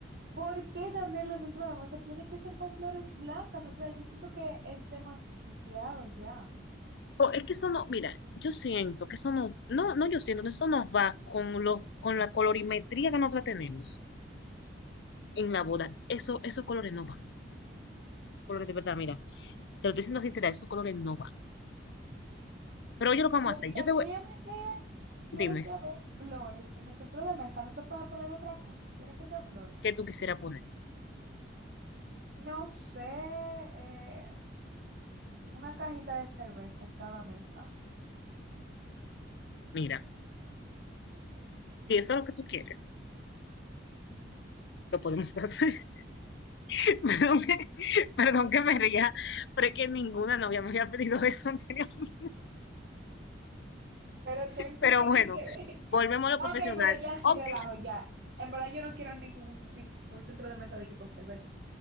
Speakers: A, on the right; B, on the left.
A: ¿Por qué también los centros de mesa tienen que ser con flores blancas? O sea, yo siento que es demasiado ya.
B: O es que eso no, mira, yo siento que eso no, no, no, yo siento que eso nos va con lo con la colorimetría que nosotros tenemos en la boda. Eso, esos colores no van. Esos colores de verdad, mira, te lo estoy diciendo sincera, esos colores no van. Pero yo lo que vamos
A: Y
B: a
A: obligatoriamente
B: hacer, yo te voy,
A: tienen
B: dime,
A: que haber flores en el centro de mesa, no se puede poner otra cosa, tienen que ser flores.
B: ¿qué tú quisieras poner?
A: No sé, eh, una cajita de cerveza en cada mesa.
B: Mira, si eso es lo que tú quieres, lo podemos hacer. <laughs> Perdón que, perdón que me ría, pero es que ninguna novia me había pedido eso anteriormente.
A: Pero tú entiendes
B: Pero bueno,
A: que se ve.
B: volvemos a lo
A: Ok,
B: profesional.
A: pero ya sin
B: Ok.
A: relajo, ya. En verdad yo no quiero ningún, ningún centro de mesa de que con cerveza.